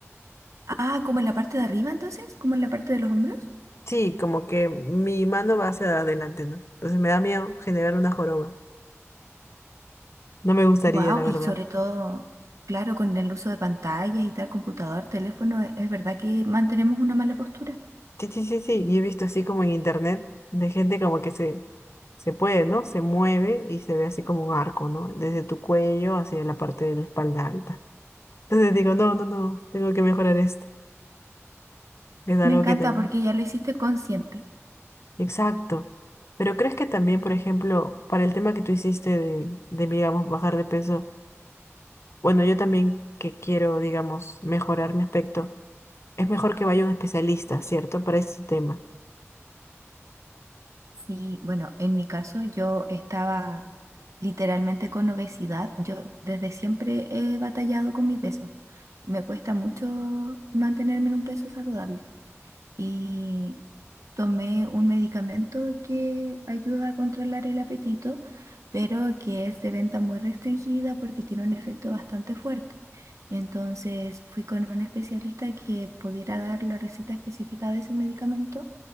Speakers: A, on the right (about 90°); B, on the left (about 60°).
A: ah, como en la parte de arriba entonces, como en la parte de los hombros.
B: Sí, como que mi mano va hacia adelante, ¿no? Entonces me da miedo generar una joroba. No me gustaría,
A: Wow,
B: la verdad.
A: y sobre todo, claro, con el uso de pantallas y tal, computador, teléfono, e- es verdad que mantenemos una mala postura.
B: Sí, sí, sí, sí. Y he visto así como en internet de gente como que se, se puede, ¿no? Se mueve y se ve así como un arco, ¿no? Desde tu cuello hacia la parte de la espalda alta. Entonces digo, no, no, no, tengo que mejorar esto. Es
A: Me
B: algo
A: encanta
B: que también
A: porque ya lo hiciste consciente.
B: Exacto. Pero ¿crees que también, por ejemplo, para el tema que tú hiciste de, de, digamos, bajar de peso, bueno, yo también que quiero, digamos, mejorar mi aspecto, es mejor que vaya un especialista, ¿cierto? Para este tema.
A: Sí, bueno, en mi caso yo estaba literalmente con obesidad. Yo desde siempre he batallado con mi peso. Me cuesta mucho mantenerme en un peso saludable. y tomé un medicamento que ayuda a controlar el apetito, pero que es de venta muy restringida porque tiene un efecto bastante fuerte. Entonces fui con un especialista que pudiera dar la receta específica de ese medicamento